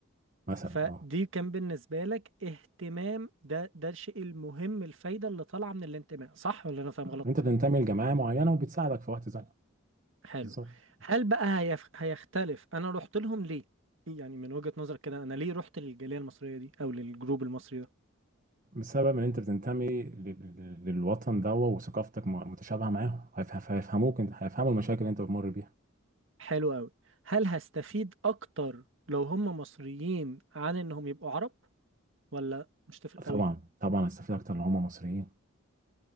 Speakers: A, on the right; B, on the right.
A: مثلا
B: فدي
A: اه
B: كان بالنسبه لك اهتمام ده ده الشيء المهم الفايده اللي طالعه من الانتماء صح ولا انا فاهم غلط
A: انت بتنتمي لجماعه معينه وبتساعدك في وقت زنقه
B: حلو
A: بالظبط
B: هل بقى هيف... هيختلف انا رحت لهم ليه يعني من وجهة نظرك كده انا ليه رحت للجالية المصرية دي او للجروب المصري ده
A: بسبب ان انت بتنتمي لل- لل- للوطن ده وثقافتك م- متشابهه معاهم هيف- هيف- هيفهموك انت هيفهموا المشاكل اللي انت بتمر بيها
B: حلو قوي هل هستفيد اكتر لو هم مصريين عن انهم يبقوا عرب ولا مش تفرق قوي
A: طبعا طبعا هتستفيد اكتر لو هم مصريين